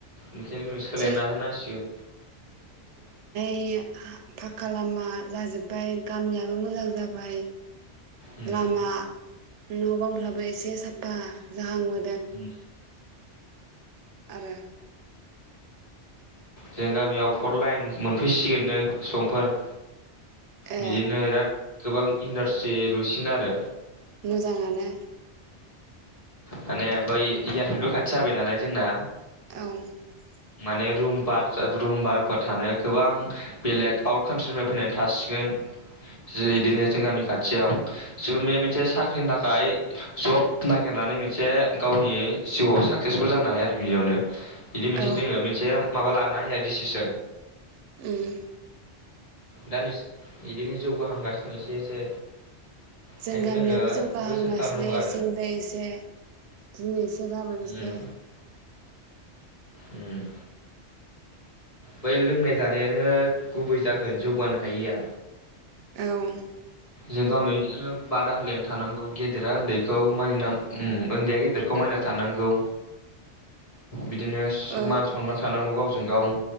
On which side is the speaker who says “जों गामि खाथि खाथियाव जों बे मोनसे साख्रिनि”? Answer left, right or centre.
Left